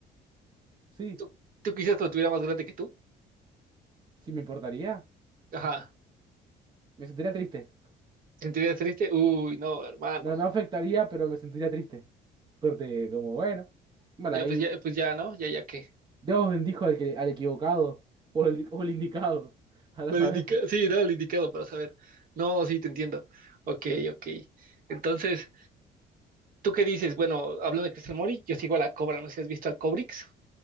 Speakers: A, on the right; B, on the right.
A: sí,
B: ¿Tú, tú quisieras que lo tuviera más grande que tú?
A: sí me importaría.
B: Ajá.
A: Me sentiría triste.
B: ¿Sentirías triste? Uy, no, hermano.
A: No, no afectaría, pero me sentiría triste. Corte, como bueno, mal
B: Ya,
A: ahí.
B: pues ya, pues ya, ¿no? Ya, ya qué.
A: Dios bendijo al que, al equivocado o al, o al indicado. <laughs> Ahora
B: Al
A: saber.
B: indica- Sí, no, el indicado para saber. No, sí, te entiendo. Ok, ok. Entonces, ¿tú qué dices? Bueno, hablando de Cristian Mori, yo sigo a la Cobra, no sé si has visto al Cobrix.